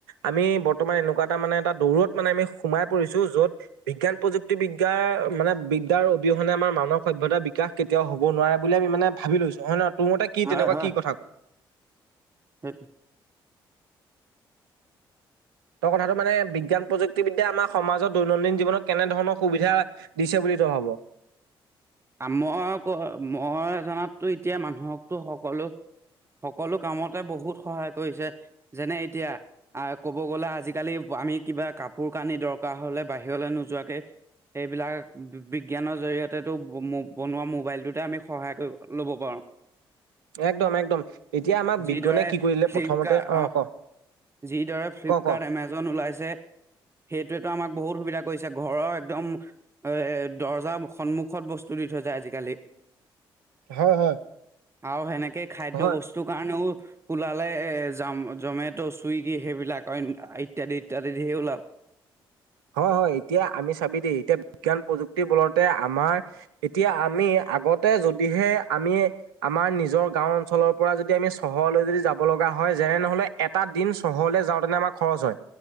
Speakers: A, on the right (about 75°); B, on the right (about 20°).
A: আমি ব, বৰ্তমান এনেকুৱা এটা মানে এটা দৌৰত মানে আমি সোমাই পৰিছো যত বিজ্ঞান প্ৰযুক্তিবিদ, বিদ্যাৰ মানে বিদ্যাৰ অবিহনে আমাৰ মানৱ সভ্যতাৰ বিকাশ কেতিয়াও হ'ব নোৱাৰে বুলি আমি মানে, ভাবি লৈছো হয় নয় তোৰ মতে কি
B: হয়
A: তেনেকুৱা
B: হয়
A: কি কথা কয়?
B: <inaudible>
A: ত কথাটো মানে বিজ্ঞান প্ৰযুক্তিবিদ্যা আমাৰ সমাজত দৈনন্দিন জীৱনত কেনেধৰণৰ সুবিধা। দিছে বুলি তই ভাব?
B: আ মই ক মই জনাততো এতিয়া মানুহকতো সকলো। সকলো কামতে বহুত সহায় কৰিছে, যেনে এতিয়া, আহ কব গ'লে আজিকালি আমি কিবা কাপোৰ কানি দৰকাৰ হলে বাহিৰলৈ নোযোৱাকে। সেইবিলাক বিজ্ঞানৰ জৰিয়তে তো, ম বনোৱা মোবাইলটোতে আমি সহায় কৰি ল'ব পাৰো।
A: একদম একদম, এতিয়া আমাক
B: যিদৰে
A: বিজ্ঞনে কি
B: ফ্লিপকাৰ্ট
A: প্ৰথমতে অ ক।
B: যিদৰে ফ্লিপকাৰ্ট
A: ক ক
B: এমেজন ওলাইছে। সেইটোৱেতো আমাক বহুত সুবিধা কৰিছে ঘৰৰ একদম এ দৰ্জাৰ সন্মুখত বস্তু, তু দি থৈ যায় আজিকালি।
A: হয় হয়।
B: আৰু সেনেকে খাদ্য
A: হয়
B: বস্তুৰ কাৰণেও, ওলালে এ জাম জমেটু', চুইগি সেইবিলাক অইন ইত্যাদি ইত্যাদি ধেৰ ওলাল।
A: হয় হয় এতিয়া আমি চাবি দেই এতিয়া, বিজ্ঞান প্ৰযুক্তি বলতে আমাৰ এতিয়া আমি আগতে যদিহে, আমি, আমাৰ নিজৰ গাঁও অঞ্চলৰ পৰা যদি আমি চহৰলৈ যদি যাব লগা হয় যেনে নহ'লে এ, এটা দিন চহৰলৈ যাওঁতেনে আমাৰ খৰচ হয়,